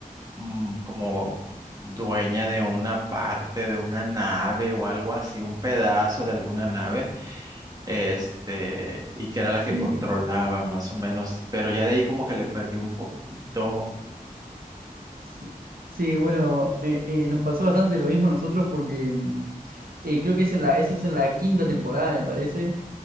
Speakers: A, on the right; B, on the right.
A: mm, como dueña de una parte de una nave o algo así, un pedazo de alguna nave, este, y que era la
B: sí,
A: que controlaba más o menos, pero ya de ahí como que le perdí un poquito.
B: s- sí, bueno, eh, eh, nos pasó bastante lo mismo a nosotros porque mm, eh, creo que es en la, eso es en la quinta temporada, me parece,